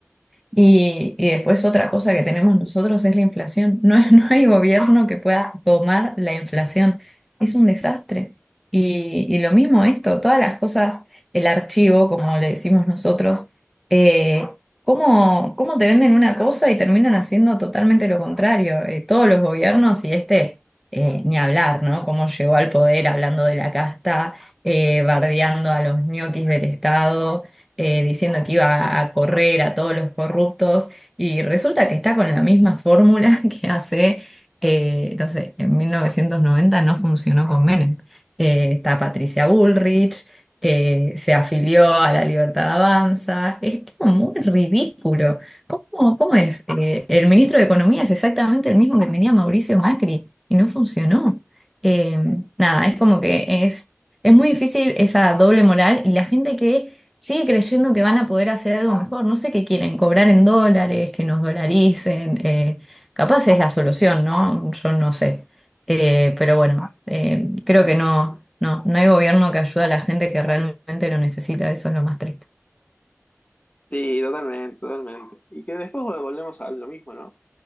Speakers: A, in the centre; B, on the left (about 30°).
A: y, y después otra cosa que tenemos nosotros es la inflación. No, es- <laughs> no hay gobierno que pueda domar la inflación. Es un desastre. Y, y lo mismo esto, todas las cosas, el archivo, como le decimos nosotros, eh, ¿cómo, cómo te venden una cosa y terminan haciendo totalmente lo contrario? Eh, todos los gobiernos y este, eh, ni hablar, ¿no? Cómo llegó al poder hablando de la casta, eh, bardeando a los ñoquis del Estado eh, diciendo que iba a correr a todos los corruptos y resulta que está con la misma fórmula <laughs> que hace, eh, no sé, en 1990 no funcionó con Menem. Eh, está Patricia Bullrich, eh, se afilió a la Libertad Avanza, es todo muy ridículo. ¿Cómo, cómo es? Eh, el ministro de Economía es exactamente el mismo que tenía Mauricio Macri y no funcionó. Eh, nada, es como que es, es muy difícil esa doble moral y la gente que sigue creyendo que van a poder hacer algo mejor. No sé qué quieren, cobrar en dólares, que nos dolaricen. eh, capaz es la solución, ¿no? Yo no sé. Eh, pero bueno, eh, creo que no, no, no hay gobierno que ayude a la gente que realmente lo necesita. Eso es lo más triste.
B: Sí, totalmente, totalmente. Y que después volvemos a lo mismo, ¿no?